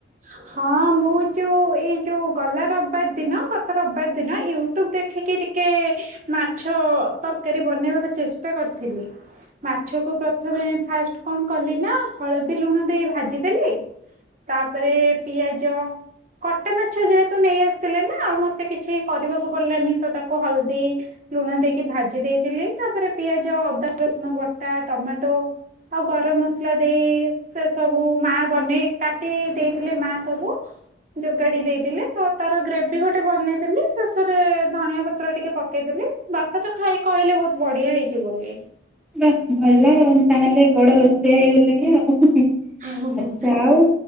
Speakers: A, on the right; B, in the centre.
A: ହ ହଁ ମୁଁ ଯୋଉ ଏଇ ଯୋଉ ଗଲା ରବିବାର ଦିନ ଗତ ରବିବାର ଦିନ ୟୁଟ୍ୟୁବ ଦେଖିକି ଟି କେ ମାଛ ତରକାରୀ ବନେଇବାକୁ ଚେଷ୍ଟା କରିଥିଲି। ମାଛକୁ ପ୍ରଥମେ ଫାଷ୍ଟ କଣ କଲି ନା ହଳଦୀ ଲୁଣ ଦେଇ ଭାଜିଦେଲି। ତାପରେ ପିଆଜ କଟା ମାଛ ଯେହେତୁ ନେଇ ଆସିଥିଲେ ନା ଆଉ ମତେ କିଛି କରିବାକୁ ପଡିଲନି। ତ ତାକୁ ହଳଦୀ ଲୁଣ ଦେଇକି ଭାଜି ଦେଇଥିଲି ତାପରେ ପିଆଜ ଅଦା ରସୁଣ ବଟା ଟମାଟୋ ଆଉ ଗରମ ମସଲା ଦେଇ ସେ ସବୁ ମା ବନେଇ କାଟି ଦେଇଥିଲେ ମା ସବୁ ଯୋଗାଡି ଦେଇଥିଲେ ତ ତାର ଗ୍ରେଭି ଗୋଟେ ବନେଇଥିଲି ଶେଷରେ ଧନିଆ ପତ୍ର ଟିକେ ପକେଇଦେଲି। ବାପା ତ ଖାଇ କହିଲେ ବହୁତ ବଢିଆ ହେଇଛି ବୋଲି।
B: ବା ଭଲ ଆଉ ତାହେଲେ ବଡ ରୋଷେଇଆ ହେଇଗଲେଣି ଆଉ। ଆଚ୍ଛା
A: ହୁଁ ହୁଁ।
B: ଆଉ